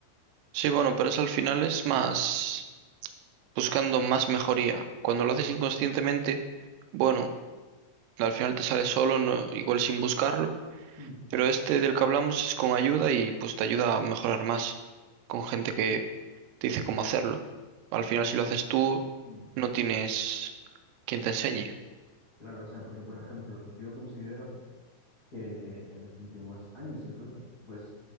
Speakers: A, on the right; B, on the left.
A: Sí, bueno, pero eso al final es más buscando más mejoría. Cuando lo haces inconscientemente, bueno, al final te sale solo, no, igual sin buscarlo,
B: Mm,
A: pero este del que hablamos es con ayuda y pues te ayuda a mejorar más, con gente que te dice cómo hacerlo. Al final si lo haces tú,
B: mm.
A: no tienes quien te enseñe.
B: Claro, o sea, porque por ejemplo, yo considero que en los últimos años incluso, pues